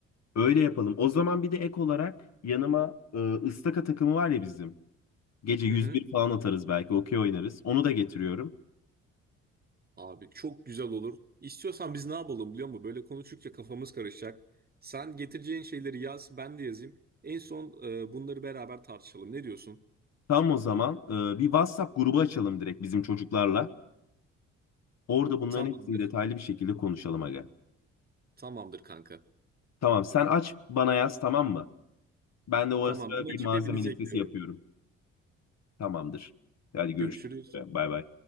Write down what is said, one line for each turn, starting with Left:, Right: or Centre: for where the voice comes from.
Left: Öyle yapalım. O zaman bir de ek olarak yanıma e, ıstaka takımı var ya bizim. Gece 101
Right: Hı hı.
Left: falan atarız belki. Okey oynarız. Onu da getiriyorum.
Right: Abi çok güzel olur. İstiyorsan biz ne yapalım biliyor musun? Böyle konuştukça kafamız karışacak. Sen getireceğin şeyleri yaz, ben de yazayım. En son e, bunları beraber tartışalım. Ne diyorsun?
Left: Tam o zaman e, bir WhatsApp grubu açalım direkt bizim çocuklarla. Orada bunların
Right: Tamamdır.
Left: hepsini detaylı bir şekilde konuşalım aga.
Right: Tamamdır kanka.
Left: Tamam sen aç bana yaz tamam mı? Ben de o
Right: Tamam
Left: ara sıra
Right: ben
Left: bir
Right: açıp
Left: malzeme
Right: hepinizi
Left: listesi
Right: ekliyorum.
Left: yapıyorum. Tamamdır. Hadi görüşürüz.
Right: Görüşürüz.
Left: Bay bay.